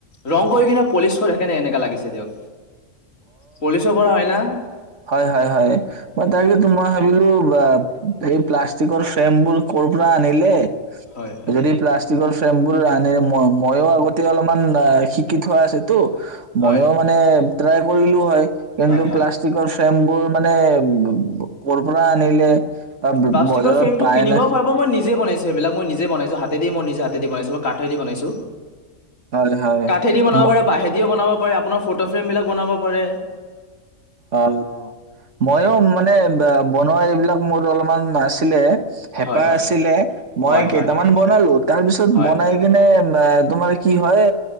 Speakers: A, on the left (about 75°); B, on the right (about 65°).
A: ৰং কৰি কিনা পলিচৰ সেইকাৰনে এনেকা লাগিছে। দিয়ক। পলিচৰ কৰা হয় ন।
B: হয়-হয়-হয়, মই খালি মই ভাবিলো, বা এই প্লা লা ফ্ৰেমবোৰ কৰ পৰা আনিলে?
A: হয় হয়
B: যদি প্লা তিক ফ্ৰেম বোৰ ৰাধৰে ম মইয়েই আগতে অলপমান শিকি থোৱা আছেটো।
A: হয়
B: মইয়ো মানে ট্ৰাই কৰিলোও হয়। কিন্তু
A: হয় হয়
B: প্লাষ্ট ফ্ৰেম বোৰ মানে ব ব কৰ পৰা আনিলে বজাৰত
A: প্লাষ্টিকৰ ফ্ৰেমটো
B: পায়
A: কিনিবও
B: না
A: পাৰিব মই নিজে বনাইছো এইবিলাক মই নিজে বনাইছো হাতেদি মই নিজ হাতে দি বনাইছো ম কাঠে দি বনাইছো।
B: হয় হয়
A: কাঠেদি বনাব
B: ম
A: পাৰে বাঁহেদিও বনাব প আপোনাৰ ফতো ফ্ৰেম বিলাক বনাব পাৰে।
B: অ মইয়ো মানে বনোৱা এইবিলাক মোৰ অলপমান আছিলে। হেঁপাহ
A: হয় হয়
B: আছিলে মই
A: হয়
B: কেইটামান বনালো তাৰপিছত
A: হয়
B: বনাই কিনে অ তোমাৰ কি হয়